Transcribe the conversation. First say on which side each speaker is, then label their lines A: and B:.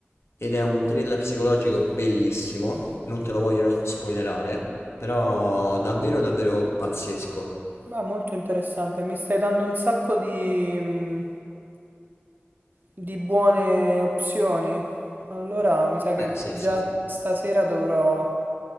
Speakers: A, on the left (about 80°); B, on the right (about 50°).
A: Ed è un thriller psicologico bellissimo, non te lo voglio spoilerare, però davvero davvero pazzesco.
B: Ma molto interessante, mi stai dando un sacco di, mm, di buone opzioni. Allora mi sa che
A: Beh, Sì,
B: già
A: sì, sì.
B: stasera dovrò,